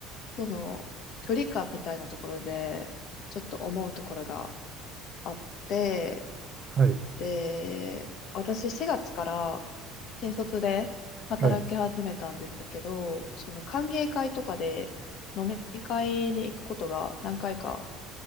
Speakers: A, on the left; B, on the right.
A: その距離感みたいなところで、ちょっと思うところがあって、
B: はい、
A: で、私4月から新卒で働き始めたんですけど、
B: はい、
A: その歓迎会とかで飲み会に行くことが何回か